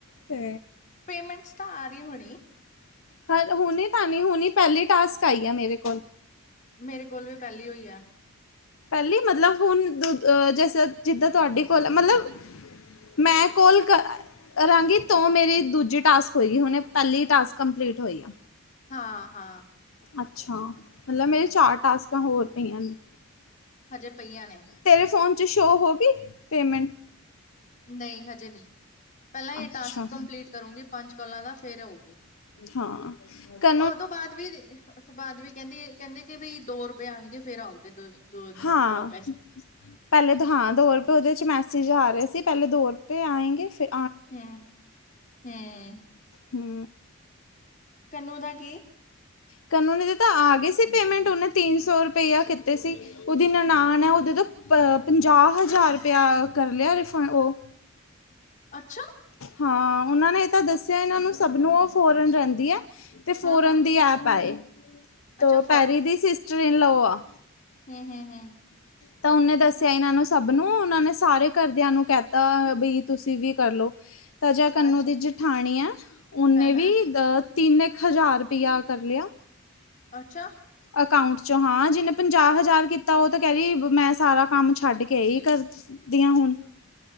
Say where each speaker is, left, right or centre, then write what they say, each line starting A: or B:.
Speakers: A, on the left; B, on the left.
A: ਤੇ
B: ਪੇਮੈਂਟਸ ਤਾਂ ਆ ਰਹੀ ਹੋਣੀ
A: ਹੋਲੋ, ਹੁਣੀ- ਹੁਨੀ ਤਾਂ ਨਹੀਂ ਹੁਨੀ ਪਹਿਲੀ ਟਾਸਕ ਆਈ ਆ ਮੇਰੇ ਕੋਲ।
B: ਮੇਰੇ ਕੋਲ ਵੀ ਪਹਿਲੀਓ ਈ ਐ।
A: ਪਹਿਲੀ ਮਤਲਬ ਹੁਣ ਦ ਅ ਜਿੱਦਾਂ ਤੁਹਾਡੇ ਕੋਲ ਹੈ ਮਤਲਬ ਮੈਂ ਕੋਲ ਕਰ ਕਰਾਂਗੀ ਤੋਂ ਮੇਰੀ ਦੂਜੀ ਟਾਸਕ ਹੋਏਗੀ ਹੁਣੇ ਪਹਿਲੀ ਟਾਸਕ ਕੰਪਲੀਟ ਹੋਈ ਆ।
B: ਹਾਂ-ਹਾਂ।
A: ਅੱਛਾ! ਮੱਤਲਬ ਮੇਰੇ ਚਾਰ ਟਾਸਕਾਂ ਹੋਰ ਪਈਆਂ ਨੇ।
B: ਹਜੇ ਪਈਆਂ ਨੇ।
A: ਤੇਰੇ ਫੋਨ'ਚ ਸ਼ੋ ਹੋ ਗਈ, ਪੇਮੈਂਟ?
B: ਨਈਂ, ਹਜੇ ਨਹੀਂ। ਪਹਿਲਾਂ ਇਹ
A: ਅੱਛਾ
B: ਟਾਸਕ ਕੰਪਲੀਟ ਕਰੂੰਗੀ ਪੰਜ ਕਾਲਾਂ ਦਾ, ਫੇਰ ਹੋਊਗੀ।
A: ਹਾਂ, ਕ
B: ਉਹਦੋ ਬਾਅਦ ਵੀ, ਦੀ ਉਹ ਤੋਂ ਬਾਅਦ ਵੀ ਕਹਿੰਦੀ, ਕਹਿੰਦੇ ਕਿ ਬਈ, ਦੋ ਰੁਪਏ ਆਣਗੇ, ਫੇਰ ਆਊਗੇ ਦੋ ਦੋ
A: ਹਾਂ
B: ਹੋਰ ਪੈਸ
A: ਪਹਿਲੇ ਤੇ ਹਾਂ, ਦੋ-ਰੁਪਏ ਉਹਦੇ'ਚ ਮੈਸੇਜ ਆ ਰਹੇ ਸੀ, ਪਹਿਲੇ ਦੋ ਰੁਪਏ ਆਏਂਗੇ ਫੇ
B: ਹੂੰ, ਹੂੰ
A: ਹੂੰ
B: ਕੰਨੂ ਦਾ ਕੀ?
A: ਕੰਨੂਨ ਤਾਂ ਆ ਗਏ ਸੀ ਪੇਮੈਂਟ, ਉਹਨੇ ਤੀਨ-ਸੋ ਰੁਪਇਆ ਕੀਤੇ ਸੀ। ਉਹਦੀ ਨਨਾਣ ਐ, ਉਹਦੇ ਤੋਂ ਪ-ਪੰਜਾਹ ਹਜ਼ਾਰ ਰੁਪਇਆ ਕਰ ਲਿਆ ਰਿਫੰਅ ਉਹ
B: ਅੱਛ
A: ਹਾਂ, ਉਹਨਾਂ ਨੇ ਹੀ ਤਾਂ ਦੱਸਿਆ, ਇਹਨਾਂ ਨੂੰ ਸਭ ਨੂੰ ਉਹ ਫੋਰਨ ਰਹਿੰਦੀ ਐ ਤੇ ਫੋਰਨ
B: ਹਾਂ ਹਾਂ
A: ਦੀ ਐਪ ਆ ਏ, ਤੋ
B: ਅੱਛਾ
A: ਪੈਰੀ ਦੀ, ਸਿਸਟਰ ਇਨ ਲੌ ਆ।
B: ਹੂੰ, ਹੂੰ, ਹੂੰ
A: ਤਾਂ ਉਹਨੇ ਦੱਸਿਆ ਇਹਨਾਂ ਨੂੰ, ਸਭ ਨੂੰ ਉਹਨਾਂ ਨੇ ਸਾਰੇ ਘਰਦਿਆਂ ਨੂੰ ਕਿਹਤਾ ਬਈ ਤੁਸੀਂ ਵੀ ਕਰਲੋ, ਤਾ ਜਾ ਕੰਨੂੰ
B: ਅੱਛਾ
A: ਦੀ ਜਠਾਣੀ ਆ, ਉਹਨੇ
B: ਹਾਂ-ਹਾਂ,
A: ਵੀ ਦ ਤਿੰਨ ਇੱਕ ਹਜ਼ਾਰ ਰਪਈਆ ਕਰਲਿਆ।
B: ਅੱਛਾ!
A: ਅਕਾੰਊਂਟ'ਚੋਂ ਹਾਂ, ਜਿਹਨੇ ਪੰਜਾਹ-ਹਜ਼ਾਰ ਕੀਤਾ, ਓ ਤਾ ਕਹਿਰੀ, ''ਮੈਂ ਸਾਰਾ ਕੰਮ ਛੱਡਕੇ ਆਈ ਘਰ ਦੀਆਂ ਹੁਣ